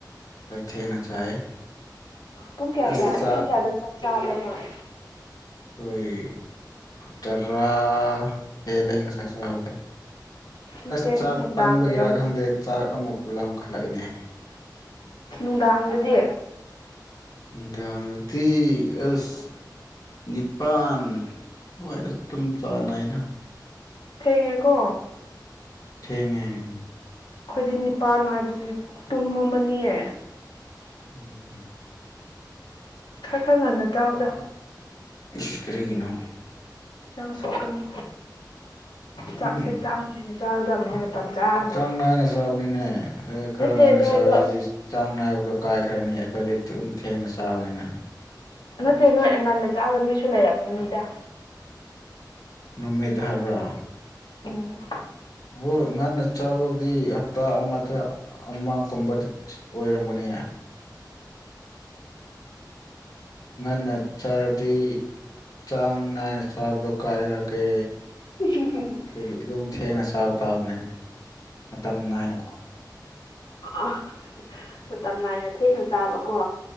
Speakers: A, on the left; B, on the left.
A: ꯍꯣꯏ ꯊꯦꯡꯅꯥ ꯆꯥꯏ
B: ꯄꯨꯡ ꯀꯌꯥ
A: ꯑꯁ
B: ꯀꯌꯥ
A: ꯆꯥꯛ
B: ꯄꯨꯡ ꯀꯌꯥꯗ ꯆꯥꯛ ꯆꯥꯕꯔꯥ ꯅꯣꯏ
A: ꯈꯣꯏ ꯇꯔꯥ ꯍꯦꯟꯂꯦ ꯉꯁꯥꯏ ꯆꯥꯕꯥꯗꯣ
B: ꯅꯠꯇꯦ
A: ꯑꯁ ꯆꯥꯛ
B: ꯅꯨꯡꯗꯥꯡ
A: ꯄꯟꯕꯒꯤꯔꯥ
B: ꯋꯥꯏꯔꯝ
A: ꯈꯪꯗꯦ ꯆꯥꯛ ꯑꯃꯨꯛ ꯂꯥꯝꯈꯠꯂꯛꯑꯦꯅꯦ
B: ꯅꯨꯡꯗꯥꯡꯗꯗꯤ
A: ꯅꯨꯡꯗꯥꯡꯗꯥꯗꯤ ꯑꯁ ꯅꯤꯄꯥꯟ ꯑꯗꯨꯋꯥꯏꯗ ꯑꯗꯨꯝ ꯆꯥꯟꯅꯩꯗ
B: ꯊꯦꯡꯉꯦꯀꯣ
A: ꯊꯦꯡꯉꯦ
B: ꯑꯩꯈꯣꯏꯗꯤ ꯅꯤꯄꯥꯟ ꯍꯥꯏꯕꯁꯤꯗꯤ ꯇꯨꯝꯃꯝꯃꯥꯅꯤꯌꯦ
A: ꯎꯝ ꯎꯝ
B: ꯈꯔꯥ ꯈꯔꯥ ꯉꯥꯟꯅ ꯆꯥꯎꯗ
A: ꯏꯁ ꯀꯔꯤꯒꯤꯅꯣ
B: ꯍꯛꯆꯥꯡ ꯁꯣꯛꯀꯅꯤ ꯆꯥꯛꯁꯦ
A: ꯎꯝ
B: ꯆꯥꯡ ꯅꯥꯏꯅ ꯆꯥꯒꯗꯕꯅꯦ ꯃꯇꯝ ꯆꯥꯅ
A: ꯆꯥꯡ ꯅꯥꯏꯅ ꯆꯥꯕꯅꯤꯅꯦ ꯈꯔ
B: ꯅꯠꯇꯦ
A: ꯉꯟꯅꯥ
B: ꯅꯣꯏꯗꯣ
A: ꯆꯥꯗ꯭ꯔꯗꯤ ꯆꯥꯡ ꯅꯥꯏꯕꯗꯣ ꯀꯥꯏꯈ꯭ꯔꯅꯤ ꯑꯩꯈꯣꯏꯗꯤ ꯗꯨꯝ ꯊꯦꯡꯅ ꯆꯥꯕꯅꯤꯅ
B: ꯅꯠꯇꯦ ꯅꯣꯏ ꯉꯥꯟꯅ ꯆꯥꯕ ꯃꯤꯠꯁꯨ ꯂꯩꯔꯝꯒꯅꯤꯗ
A: ꯅꯨꯃꯤꯠ ꯍꯥꯏꯕꯔꯣ
B: ꯎꯝ
A: ꯑꯒꯣꯏ ꯉꯥꯟꯅ ꯆꯥꯕꯕꯨꯗꯤ ꯍꯞꯇꯥ ꯑꯃꯗ ꯑꯃꯥ ꯒꯨꯝꯕ ꯑꯣꯏꯔꯝꯒꯅꯤ ꯉꯟꯅꯥ ꯆꯥꯔꯗꯤ ꯆꯥꯡ ꯅꯥꯏꯅ ꯆꯥꯕꯗꯣ ꯀꯥꯏꯔꯑꯦ
B: <unintelligible>
A: ꯑꯗꯒꯤ ꯑꯗꯨꯝ ꯊꯦꯡꯅ ꯆꯥꯕ ꯇꯥꯕꯅꯤꯅ ꯃꯇꯝ ꯅꯥꯏꯅꯀꯣ
B: ꯑ ꯃꯇꯝ ꯅꯥꯏꯅ ꯊꯦꯡꯅ ꯆꯥꯕꯀꯣ